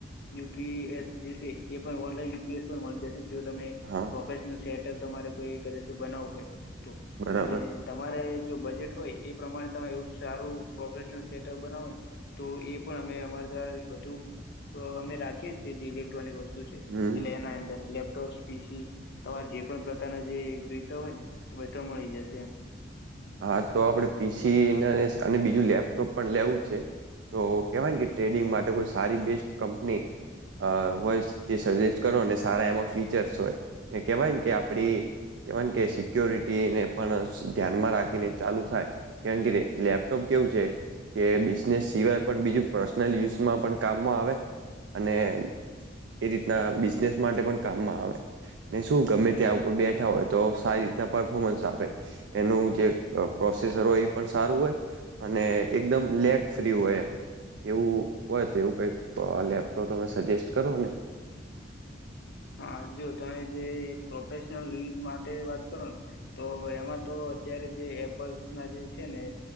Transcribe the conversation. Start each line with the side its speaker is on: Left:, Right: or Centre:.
Left: યુ પી એસ જે છે એ પણ ઓનલાઈન યુ પી એસ પણ મળી જાશે. જો તમે
Right: હા
Left: પ્રોફેશનલ સેટઅપ તમારે કોઈ કદાચ બનાવવું હોય તો
Right: બરાબર
Left: એટલે ત મારે જો બજેટ હોય એ પ્રમાણે તમે એવું સારું પ્રોફેશનલ સેટઅપ બનાવો તો એ પણ અમે અમારે જે બધું અહ અમે રાખીએ જે ઇલેક્ટ્રોનિક વસ્તુ છે
Right: હમ
Left: એટલે એના અંદર લેપટોપ પી સી તમારે જે પણ પ્રકારના જે જોઈતા હોય ને બધો મળી જશે એમ.
Right: હા તો આપડે પી સી ના લેશ અને બીજું લેપટોપ પણ લેવું છે. તો કહેવાય કે ટ્રેડિંગ કોઈ સારી બેસ્ટ કંપની અહ હોય તે સજેસ્ટ કરોને સારા એમાં ફીચર્સ હોય એ કહેવાય ને કે આપડી કેવા કે સિક્યોરિટી ને પણ ધ્યાનમાં રાખ એને ચાલુ થાય કેમ કે દે લેપટોપ કેવું છે કે બિઝનેસ સિવાય પણ બીજું પર્સનલ યુઝમાં પણ કામમાં આવે, અને એ રીતના બિઝનેસ માટે પણ કામમાં આવે. ને શું ગમે ત્યાં ઉપર બેઠા હોય તો સારી રીતના પરફોર્મન્સ આપે એનું જે અહ પ્રોસેસર હોય એ પણ સારું હોય અને એકદમ લેગ ફ્રી હોય એવું હોય તો એવું કંઈક લેપટોપ તમે સજેસ્ટ કરો ને
Left: હા જો તમે જે પ્રોફેશનલ યુઝ માટે વાત કરોને તો એમાં તો અત્યારે જે એપલ્સના જે છે ને